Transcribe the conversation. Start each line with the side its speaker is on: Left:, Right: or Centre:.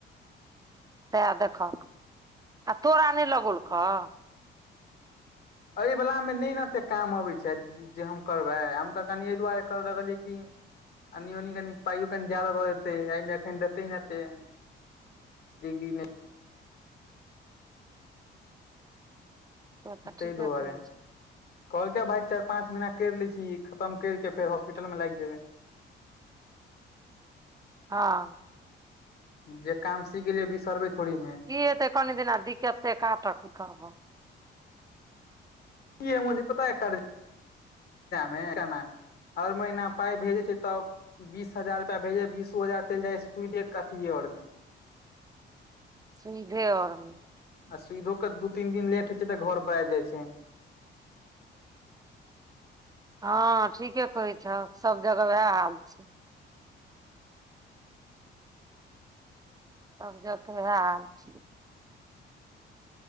Right: सएह देखहक, आ तोरा नैय लगौल कऽ
Left: एैय वला मे नैय ने एते काम अबै छैय। जे हम करबै हम तऽ, कनि एय दुआरे करऽ लगलियै कि अनि ओनी कनि पाइयो कनि ज्यादा द देतै, ऐय मे एखन देतेै ने एतेऽ, <unintelligible>
Right: से तऽ
Left: तइ
Right: ठीके
Left: दुआरे
Right: कहै छै
Left: कहलके भाय चाइर पाँच महना करि लै छी, खतम कर के फेर हॉस्पिटल मे लाइग जेबै।
Right: हँ
Left: जे काम सिख गेलियै बिसरबै थोड़ी ने,
Right: की हेतै कनि दिना दिक्कतेक काटऽ कि करबहो
Left: की ए मुजी पता एक क मे केना हर महिना पाइ भेजै छै, तब बीस हजार रुपआ भेजेै बीसो हजार चइल जाय सुधो कथिये ओर मै,
Right: सुधे अर मे
Left: आ सुधो के दू तीन दिन लेट होय छै, तऽ घर पर आब जाय छै।
Right: हँ ठीके कहैत छहऽ, सब जगह ओएह हाल छै। तब ज क <unintelligible> इएह हाल छय।